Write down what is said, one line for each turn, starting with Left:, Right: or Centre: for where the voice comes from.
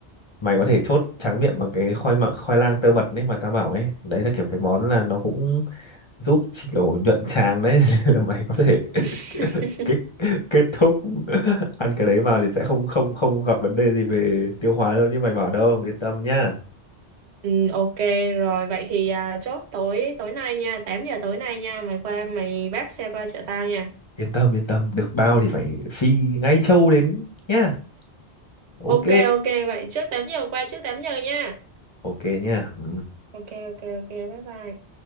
Left: mày có thể chốt tráng miệng bằng cái khoai mặn khoai lang tơ mật đấy mà tao bảo ấy đấy là kiểu cái món là nó cũng giúp chỉ kiểu nhuận tràng đấy <laughs> Là mày có thể
Right: <laughs>
Left: <laughs> kết kết thúc <laughs> ăn cái đấy vào thì sẽ không không không gặp vấn đề gì về tiêu hóa đâu như mày bảo đâu yên tâm nhá
Right: ừ, ok rồi vậy thì à, chốt tối tối nay nha 8 giờ tối nay nha mày qua mày vác xe qua chợ tao nha
Left: yên tâm yên tâm được bao thì phải phi ngay châu đến nhá ok
Right: ok ok vậy trước 8 giờ qua trước 8 giờ nha
Left: ok nhá ừ.
Right: ok ok ok bye bye